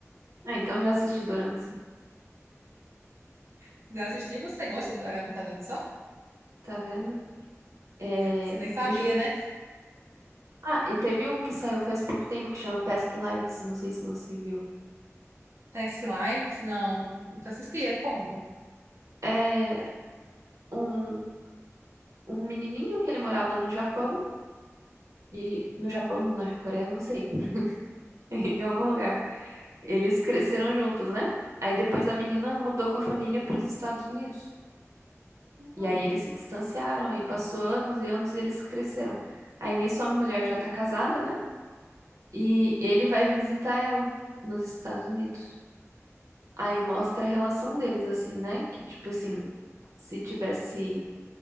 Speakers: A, on the right; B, on the right.
A: Ah, então já assisti dorama, sim.
B: Se quiser assistir, você gosta do dorama, tá vendo só?
A: Tá vendo? É...
B: Você nem sabia,
A: Deixa eu pensar.
B: né?
A: Ah, e teve um que saiu faz pouco tempo que chama Past Lives, não sei se você viu.
B: Taxi Likes, não. Nunca assisti, é como?
A: É um, um menininho que ele morava no Japão, e no Japão, na Coreia, não sei. <laughs> em algum lugar. Eles cresceram juntos, né? Aí depois a menina mudou com a família para os Estados Unidos.
B: Não,
A: E aí eles se distanciaram, aí passou anos e anos e eles cresceram. Aí nisso a mulher já tá casada, né? E ele vai visitar ela nos Estados Unidos. Aí mostra a relação deles assim, né? Que tipo assim, se tivesse